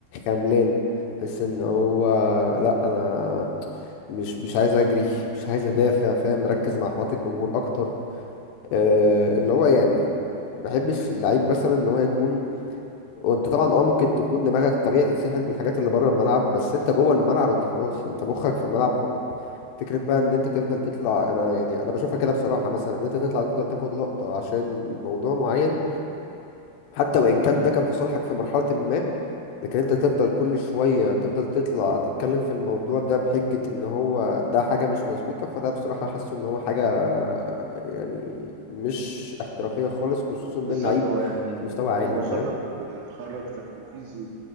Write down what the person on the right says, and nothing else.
بالظبط
هو يعني
هو
خرج خرج تركيزه